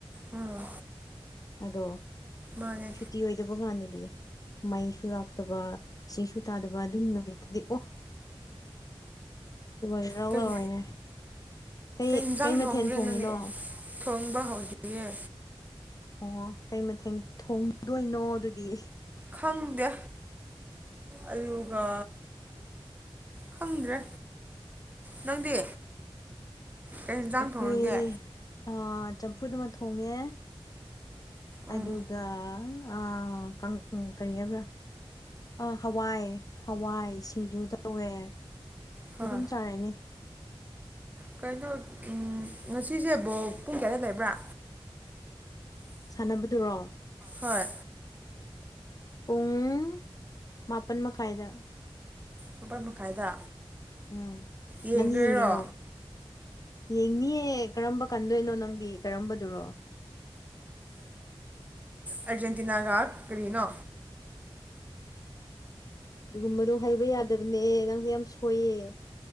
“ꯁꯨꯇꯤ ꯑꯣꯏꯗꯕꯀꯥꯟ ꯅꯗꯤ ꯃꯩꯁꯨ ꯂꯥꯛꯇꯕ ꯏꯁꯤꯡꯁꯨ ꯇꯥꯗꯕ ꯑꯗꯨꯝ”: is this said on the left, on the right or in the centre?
Left